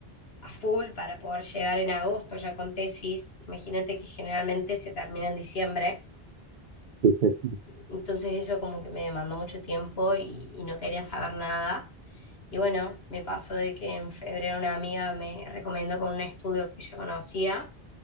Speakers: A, on the left (about 75°); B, on the right (about 60°).
A: a full para poder llegar en agosto ya con tesis. Imagínate que generalmente se termina en diciembre,
B: sí, sí, sí.
A: entonces eso como que me demandó mucho tiempo y, y no quería saber nada. Y bueno, me pasó de que en febrero una amiga me recomendó con un estudio que ella conocía,